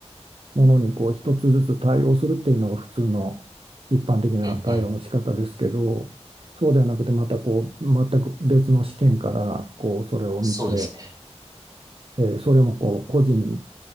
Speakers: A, on the right; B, on the right.
A: ものにこう一つずつ対応するっていうのが普通の一般的な対応の仕方ですけどそうではなくてまたこう全く別の視点からこうそれを見て、
B: うん、うん。そうですね。
A: えーそれもこう個人